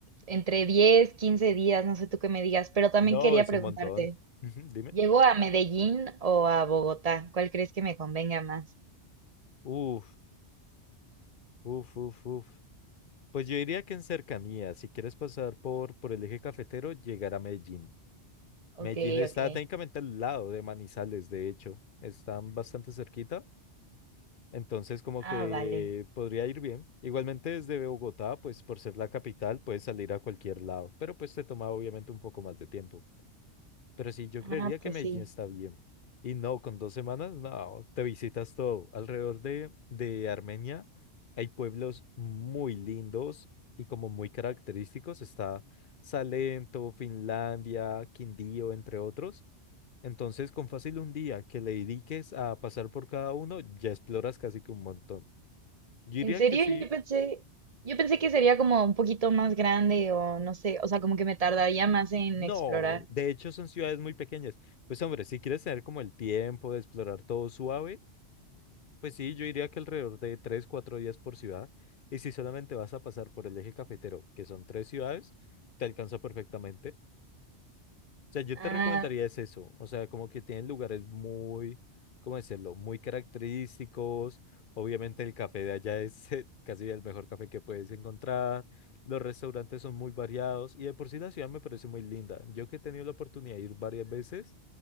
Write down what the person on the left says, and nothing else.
No,
es
un montón. Ujú, dime.
Uf, uf, uf, uf. Pues yo diría que en cercanía, si quieres pasar por, por el eje cafetero, llegar a Medellín. Medellín
está
técnicamente al lado de Manizales, de hecho. Están bastante cerquita. Entonces, como
que
podría ir bien. Igualmente desde Bogotá, pues por ser la capital, puedes salir a cualquier lado, pero pues te toma obviamente un poco más de tiempo. Pero sí, yo
creería
que Medellín
está bien. Y no, con dos semanas, no, te visitas todo. Alrededor de, de Armenia hay pueblos muy lindos y como muy característicos. Está Salento, Finlandia, Quindío, entre otros. Entonces, con fácil un día que le dediques a pasar por cada uno, ya exploras casi que un montón. Yo
diría
que sí.
No,
de hecho son ciudades muy pequeñas. Pues hombre, si quieres tener como el tiempo de explorar todo suave, pues sí, yo diría que alrededor de 3, 4 días por ciudad. Y si solamente vas a pasar por el eje cafetero, que son tres ciudades, te alcanza perfectamente. O sea, yo
te recomendaría es eso, o sea, como que tienen lugares muy, ¿cómo decirlo? Muy característicos. Obviamente el café de allá es eh, casi el mejor café que puedes encontrar. Los restaurantes son muy variados y de por sí la ciudad me parece muy linda. Yo que he tenido la oportunidad de ir varias veces,